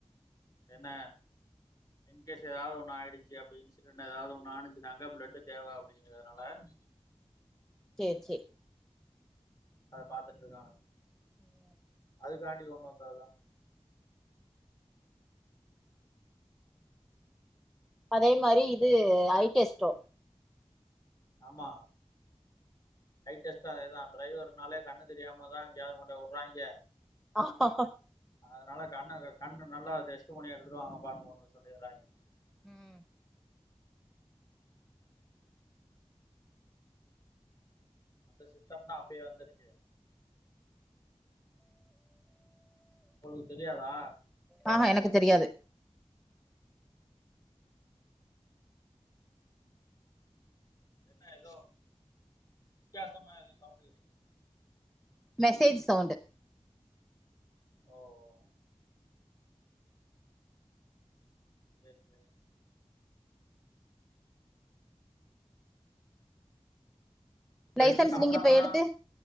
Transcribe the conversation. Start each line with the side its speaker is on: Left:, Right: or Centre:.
Left: என்ன இன்கேஸ் எதாவது ஒண்ணு ஆயிடுச்சு அப்டி இன்சிடெண்ட் எதாவது ஒண்ணு ஆனுச்சுனாங்க ப்ளட்டு் தேவ அப்டிங்கிறதுனால அ <inaudible>
Centre: சேரி சே
Left: அத பாத்துட்ருக்காங்க
Centre: சேரி
Left: அது காண்டி கொண்டு வந்ததுதா
Centre: அதே மாரி இது ஐ டெஸ்டும்
Left: ஆமா ஐ டெஸ்ட்டும் அதேதா ட்ரைவர் னாலே கண்ணு தெரியாம தா எங்கையாவது கொண்ட வுட்றாங்க
Centre: ஆ ஆஹ
Left: அதுனால கண்ண கண்ணு நல்லா டெஸ்ட் பண்ணி எடுத்துட்டு வாங்கப்பானு ஒண்ணு சொல்லிட்றாங்க
Centre: ம்
Left: அந்த சிஸ்டம் தா அப்டியே வந்துருச்சு அவளுக்கு தெரியாதா
Centre: ஆ ஹா எனக்கு தெரியாது
Left: என்ன ஏதோ வித்தியாசமா ஏதோ சவுண்ட் கேட்குது
Centre: மெசேஜ் சவுண்டு்
Left: ஓ ஓ செரி செரி இப்ப
Centre: லைசன்ஸ்
Left: இன்னு சாப்பிடாமதா
Centre: நீங்க இப்ப எடுத்து